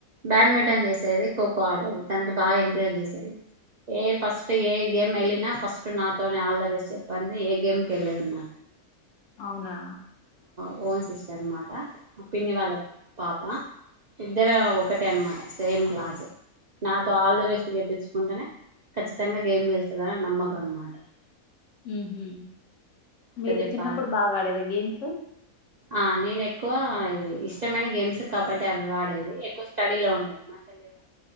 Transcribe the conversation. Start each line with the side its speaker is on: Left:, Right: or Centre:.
Right: బ్యాడ్మింటన్ చేసేది. ఖోఖో ఆడేది తనకి బాగా ఎంకరేజ్ చేసేది. ఏ ఫస్ట్ ఏ గేమ్ వెళ్ళినా ఫస్ట్ నాతోనే ఆల్ ద బెస్ట్ చెప్పందే, ఏ గేమ్కి వెళ్ళేదమ్మా
Left: అవునా
Right: పాన్స్ సిస్టర్ మాట ఆ పిన్ని వాళ్ళ పాప ఇద్దరు ఒకటే అనమాట. సేమ్ క్లాసు నాతో ఆల్ ది బెస్ట్ చేప్పించుకుంటేనే ఖచ్చితంగా గేమ్ గెలుస్తుందిని నమ్మకం అన్నమాట.
Left: ఊహు మీరు
Right: చెప్పాలి
Left: చిన్నప్పుడు బాగా ఆడేదా గేమ్స్
Right: ఆ నేను ఎక్కువ ఇది ఇష్టమైన గేమ్స్ కబడ్డీ అవ్వాడేది. ఎక్కువ స్టడీ లో ఉండేది మాచెల్లేమో